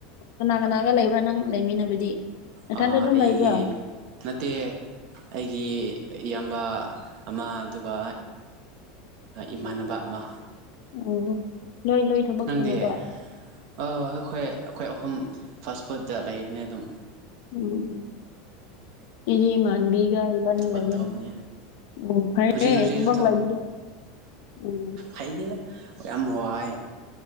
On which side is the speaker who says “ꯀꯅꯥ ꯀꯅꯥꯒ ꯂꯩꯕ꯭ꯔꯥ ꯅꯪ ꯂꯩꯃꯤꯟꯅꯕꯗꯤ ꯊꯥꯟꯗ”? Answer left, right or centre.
Left